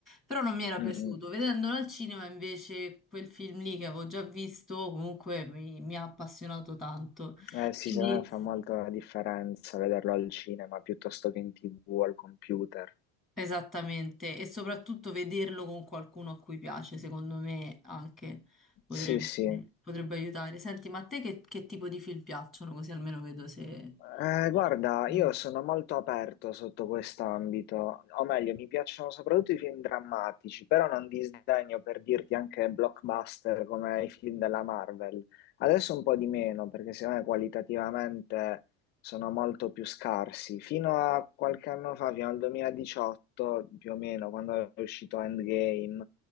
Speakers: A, in the centre; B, on the left.
A: però non mi era piaciuto.
B: mm, mm.
A: Vedendolo al cinema invece quel film lì che avevo già visto comunque mi mi ha appassionato tanto.
B: Eh, sì,
A: Quindi
B: secondo me fa molto la differenza vederlo al cinema piuttosto che in TV o al computer.
A: Esattamente, e soprattutto vederlo con qualcuno a cui piace, secondo me anche potrebbe,
B: Sì, sì.
A: potrebbe aiutare. Senti, ma a te che, che tipo di film piacciono? Così almeno vedo se...
B: Eh, guarda,
A: se-
B: io sono molto aperto sotto quest'ambito, o meglio, mi piacciono soprattutto i film drammatici, però non disdegno per dirti anche blockbuster come i film della Marvel. Adesso un po' di meno, perché secondo me qualitativamente sono molto più scarsi. Fino a qualche anno fa, fino al 2018 più o meno, quando è uscito Endgame,